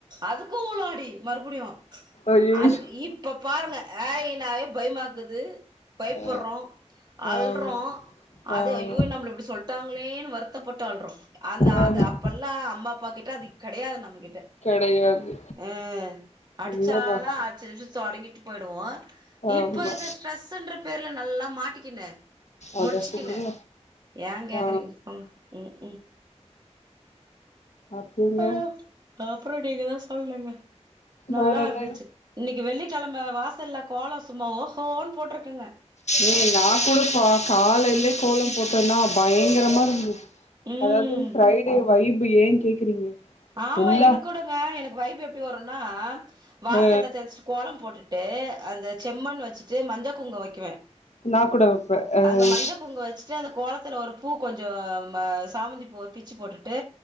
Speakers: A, on the right; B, on the left.
A: அதுக்கு அவ்ளோ அடி மறுபடியு
B: ஐயையோ!
A: அதுக்கு இப்ப பாருங்க ஏய் நாவே பயமாக் க்குது பயப்பர்றோ
B: அ
A: அல்றோ
B: ஆமா.
A: அது
B: ஆமா.
A: ஐயோ நம்மள இப்டி சொல் த்தாங்களேன் வருத்தப்பட்டு அல்றோ அந்த
B: ஆமா.
A: அது அப்பெல்லா அம்மா அப்பா கிட்ட அது கெடையாது நம்ம கிட்
B: கெடையாது
A: ம் அடிச்சால
B: உண்மதான்.
A: அச்சு நிமிச்சோ தொடங்கி போய்டுவோ
B: ஆமா.
A: இப்ப அந்த ஸ்ட்ரெஸ் என்ற பேர்ல நல்லா மாட்டிக் கின
B: அத
A: முழிச்சுக்குனு
B: சொல்லுங்க
A: ஏ கேக்குறீங்க
B: ஆ
A: போப்பாங்க ம் ம்
B: அப்றங்க
A: ஆ அப்புறோ நீங்கதா சொல்னுங்க நல்லா
B: வேற என்ன
A: இருந்துச்சி இன்னிக் வெள்ளி செலம்ப வாச இல்லா கோலோ சும்மா ஓஹோன்னு போட்ருக்குங்க
B: ஏ நா கூடப்பா காலையிலே
A: ம்
B: கோலம் போட்டோன்னா பயங்கரமா இருந்தது
A: ம்
B: அதாவது ஃபிரைடே வைப் இப்ப ஏ கேக்குறீங்க
A: ஆமா
B: எல்லா
A: எனக்குடுங்க எனக்கு வைப் எப்பிடி வரு நா வாசல்ல
B: ஆ
A: தெளிச்சிட்டு கோலம் போட்டுட்டு அந்த செம்மன் வச்சுட்டு மஞ்ச குங்க வைக்குவே
B: நா கூட வைப்பே ஆ
A: அந்த மஞ்ச குங்க வச்சுட்டு அந்த கோலத் த்தல ஒருப் பூ கொஞ்சோ ம சாமந்தி பூ பிச்சி போட்டு டு